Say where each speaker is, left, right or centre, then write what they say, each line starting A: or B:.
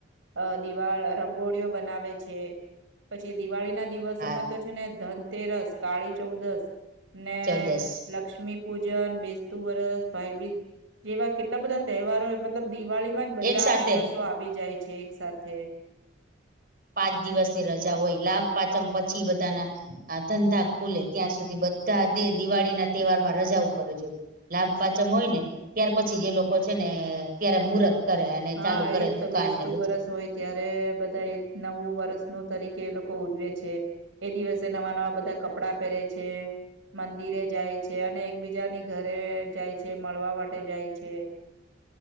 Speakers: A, on the right (about 85°); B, on the right (about 45°).
A: અ દિવાળ રંગોળીઓ બનાવે છે પછી દિવાળી ના દિવસોમાં
B: હા
A: તો છે ને ધનતેરસ કાળી ચૌદશ ને
B: ચૌદસ
A: લક્ષ્મી પૂજન બેસતું વરસ ભાઈબીજ જેવા કેટલા બધા તહેવારો મતલબ દિવાળીમાં જ બધા
B: એક સાથે
A: દિવસો આવી જાય છે એક સાથે
B: પાંચ દિવસે રજા હોય લાભ પાચમ પછી બધાના આ ધંધા ખુલે ત્યાં સુધી બધા દે દિવાળી ના તહેવાર માં રજા ઉપર જોઈ લાભ પાચમ હોય ને ત્યાર પછી
A: હમ્મ.
B: જે લોકો છે ને ત્યારે મુરર્ત કરે અને
A: હા,
B: ચાલુ કરે
A: એજ
B: દુકાન
A: તો બેસતું
B: ને બધું
A: વરસ હોય ત્યારે બધા એક નવું વર્ષ ન તરીકે એ લોકો ઉજવે છે એ દિવસે નવા નવા બધા કપડા પહેરે છે. મંદિરે જાય છે અને એકબીજાની ઘરે જાય છે મળવા માટે જાય છે
B: <inaudible>